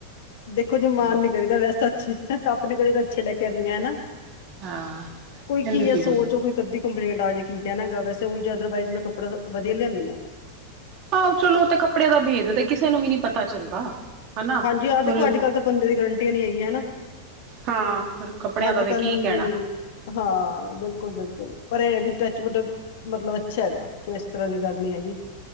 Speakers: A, on the left; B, on the right.
A: ਦੇਖੋ ਜੇ ਮਾਨ
B: ਤੇ
A: ਨੀ ਕਰੀਦਾ ਵੈਸੇ ਤਾਂ ਅੱਛੇ ਅਪਣੇ ਘਰੇ ਤਾਂ ਅੱਛੇ ਲੈ ਕੇ ਆਨੀ ਆ ਹੈਨਾ
B: ਹਾਂ
A: ਕੋਈ
B: ਕਹਿੰਦੇ
A: ਕੀ ਹੈ
B: ਸੀ
A: ਸੋਚ ਉਹ ਕੋਈ ਕੱਦੀ ਕੰਪਲੇਂਟ ਆ ਜੇ ਕੀ ਕਹਿਣਾ ਗਾ ਵੈਸੇ ਉਂਜ ਜਾਦਾ ਅਦਰਵਾਇਜ਼ ਮੈਂ ਕਪੜਾ ਤਾਂ ਵਧੀਆ ਹੀ ਲਿਆਦੀ ਹਾਂ
B: ਆਹੋ, ਚਲੋ। ਵੋਤਾ ਕੱਪੜਿਆਂ ਦਾ ਭੇਦ ਤਾਂ ਕਿਸੇ ਨੂੰ ਵੀ ਪਤਾ ਚੱਲਦਾ। ਹਨਾ
A: ਹਾਂਜੀ,
B: ਪਰ
A: ਦੇਖੋ ਅੱਜਕੱਲ੍ਹ ਤਾਂ ਬੰਦੇ ਦੀ ਵੀ ਗਰੰਟੀ ਨਹੀਂ ਹੈਗੀ, ਹੈ ਨਾ?
B: ਹਾਂ ਫਿਰ ਕੱਪੜਿਆਂ
A: ਅੱਜ
B: ਦਾ ਤਾਂ
A: ਕੱਲ੍ਹ
B: ਕੀ ਕਹਿਣਾ।
A: ਨੀ ਹਾਂ ਬਿਲਕੁਲ ਬਿਲਕੁਲ। ਪਰ ਇਹ ਵੀ ਟੱਚਵੁੱਡ। ਮਤਲਬ, ਅੱਛਾ ਹੈਗਾਂ ਕੋਈ ਇਸ ਤਰ੍ਹਾਂ ਦੀ ਗੱਲ ਨਹੀਂ ਹੈਗੀ।